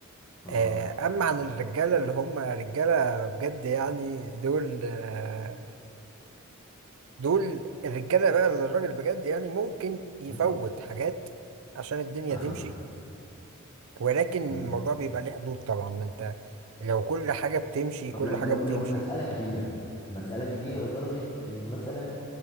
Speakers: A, on the left; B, on the right.
A: اه
B: آه، اما عن الرجاله اللي هم رجاله بجد يعني دول آه، دول الرجاله بقى اللي الراجل بجد يعني ممكن يفوت
A: مم.
B: حاجات عشان الدنيا
A: <coughs>
B: تمشي ولكن الموضوع
A: مم.
B: بيبقى ليه حدود طبعا ما انت لو كل حاجه بتمشي كل
A: طب لو
B: حاجه
A: لو
B: بتمشي
A: لو المسألة كبيرة مسألة كبيرة لدرجة إن مثلا